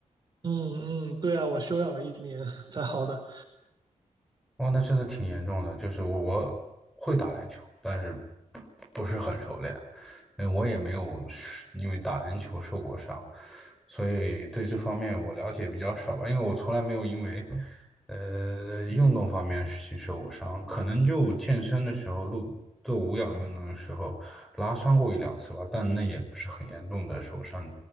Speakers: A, on the right; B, in the centre.
A: 嗯嗯，对啊，我休养了一年才好的。
B: 哦，那真的挺严重的。就是我我会打篮球，但是不是很熟练。呃，我也没有是因为打篮球受过伤，所以对这方面我了解比较少吧。因为我从来没有因为呃运动方面的事情受过伤，可能就健身的时候录做无氧运动的时候拉伤过一两次吧，但那也不是很严重的受伤，